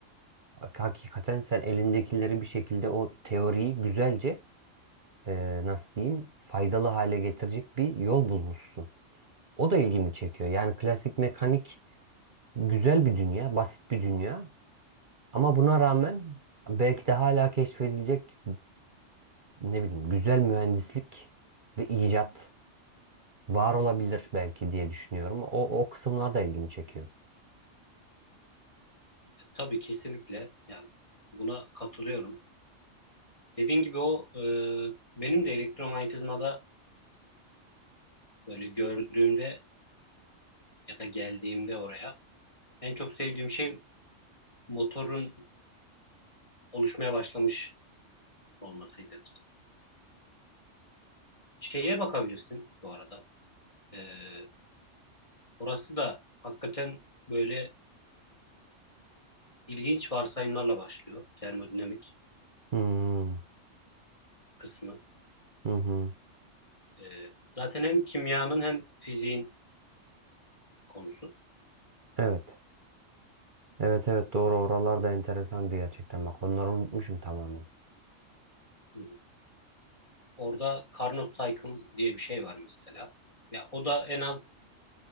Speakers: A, on the right; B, on the left.
A: hakikaten sen elindekileri bir şekilde o teoriyi güzelce e, nasıl diyeyim faydalı hale getirecek bir yol bulmuşsun. O da ilgimi çekiyor. Yani klasik mekanik güzel bir dünya, basit bir dünya. Ama buna rağmen belki de hala keşfedilecek ne bileyim güzel mühendislik ve icat var olabilir belki diye düşünüyorum. O, o kısımlar da ilgimi çekiyor.
B: E, Tabii kesinlikle yani buna katılıyorum. Dediğin gibi o e, benim de elektromanyetizmada böyle gördüğümde ya da geldiğimde oraya en çok sevdiğim şey motorun oluşmaya başlamış olmasıydı. Şeye bakabilirsin bu arada. Ee, orası da hakikaten böyle ilginç varsayımlarla başlıyor. Termodinamik
A: Hmm,
B: kısmı.
A: Hı hı.
B: Ee, zaten hem kimyanın hem fiziğin konusu.
A: Evet. Evet evet doğru oralar da enteresandı gerçekten. Bak onları unutmuşum tamamen.
B: Hı. Orada Carnot Cycle diye bir şey var mesela. Ya o da en az